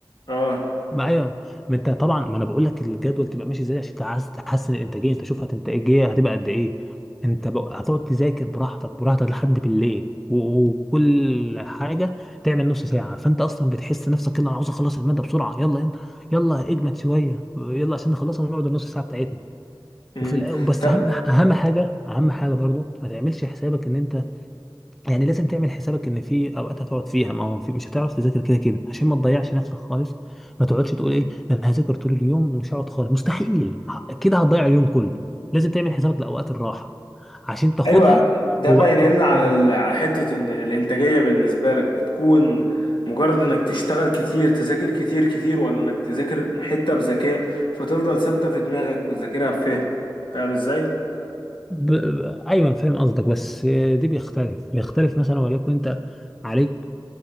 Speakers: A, on the left (about 75°); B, in the centre.
A: اه
B: ما ايوه ما انت طبعا ما انا بقول لك الجدول تبقى ماشي ازاي عشان انت عايز تحسن الانتاجيه انت شوف هتنتاجيه هتبقى قد ايه انت بقى هتقعد تذاكر براحتك براحتك لحد بالليل و- وكل حاجه تعمل نص ساعه فانت اصلا بتحس نفسك يلا انا عاوز اخلص الماده بسرعه يلا يلا يلا اجمد شويه يلا عشان نخلصها ونقعد النص ساعه بتاعتنا
A: مم.
B: وفي الأ... بس
A: طب
B: اهم اهم حاجه اهم حاجه برضو ما تعملش حسابك ان انت يعني لازم تعمل حسابك ان في اوقات هتقعد فيها ما هو في مش هتعرف تذاكر كده كده عشان ما تضيعش نفسك خالص ما تقعدش تقول ايه ده انا هذاكر طول اليوم ومش هقعد خالص مستحيل ه- كده هتضيع اليوم كله لازم تعمل حسابك لاوقات الراحه عشان تاخدها
A: ايوه ده
B: و...
A: باين
B: أو...
A: لنا على ال- على حته ان الانتاجيه بالنسبه لك بتكون مجرد انك تشتغل كتير تذاكر كتير كتير ولا انك تذاكر حته بذكاء فتفضل ثابته في دماغك وتذاكرها بفهم فاهم ازاي
B: ب... ب... ايوه أنا فاهم قصدك بس دي بيختلف بيختلف مثلا وليكن انت عليك